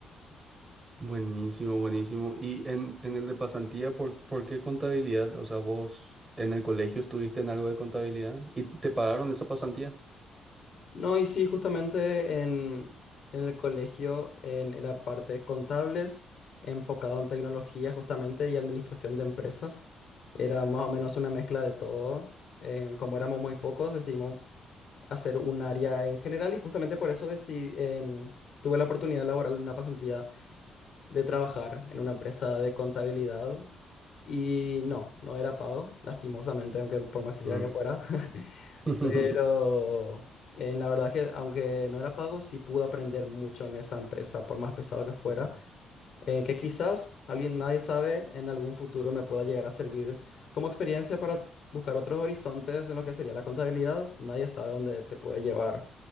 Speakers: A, on the right; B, on the left.
A: Buenísimo, buenísimo. Y en, en el de pasantía, ¿por, por qué contabilidad? O sea, vos en el colegio estuviste en algo de contabilidad y te pagaron esa pasantía.
B: No, y sí, justamente en, en el colegio en, era parte contables, enfocado en tecnología justamente y administración de empresas. Era más o menos una mezcla de todo. Eh, como éramos muy pocos, decidimos hacer un área en general y justamente por eso decidí, en- tuve la oportunidad laboral en una pasantía de trabajar en una empresa de contabilidad. Y no, no era pago, lastimosamente, aunque por más quisiera
A: Mm.
B: que fuera.
A: <laughs>
B: Pero eh, la verdad que aunque no era pago, sí pude aprender mucho en esa empresa, por más pesado que fuera,
A: Mm,
B: eh, que quizás alguien, nadie sabe, en algún futuro me pueda llegar a servir como experiencia para buscar otros horizontes en lo que sería la contabilidad. Nadie sabe dónde te puede llevar